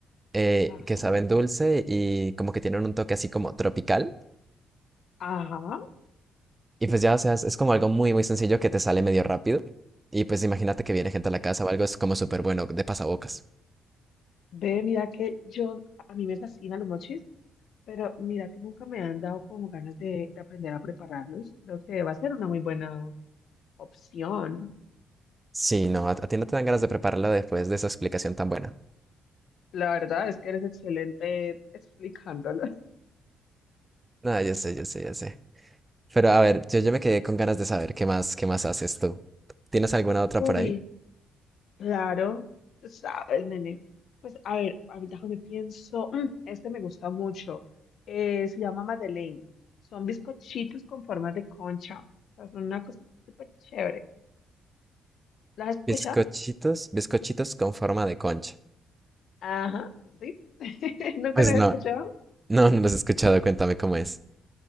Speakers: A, on the right (about 15°); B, on the left (about 65°).
A: eh,
B: ajá,
A: que saben dulce y como que tienen un toque así como tropical.
B: ajá.
A: Y pues ya, o sea, es, es como algo muy, muy sencillo que te sale medio rápido. Y pues imagínate que viene gente a la casa o algo, es como súper bueno de pasabocas.
B: Ve, mira que yo, a mí me fascinan los mochis, pero mira que nunca me han dado como ganas de, de aprender a prepararlos. Creo que va a ser una muy buena opción.
A: Sí, no, a, a ti no te dan ganas de prepararlo después de esa explicación tan buena.
B: La verdad es que eres excelente explicándolo.
A: No, yo sé, yo sé, yo sé. Pero a ver, yo, yo me quedé con ganas de saber qué más, qué más haces tú. ¿Tienes alguna otra
B: <laughs>
A: por
B: Uy,
A: ahí?
B: Claro, tú sabes, nene. Pues a ver, ahorita que me pienso, mm, este me gusta mucho. Eh, se llama Madeleine. Son bizcochitos con formas de concha. O sea, son una cosita súper chévere. ¿Las has escuchado?
A: Bizcochitos, bizcochitos con forma de concha.
B: Ajá, sí. <laughs> ¿Nunca
A: Pues
B: las
A: no,
B: has escuchado?
A: no, no los he escuchado, cuéntame cómo es.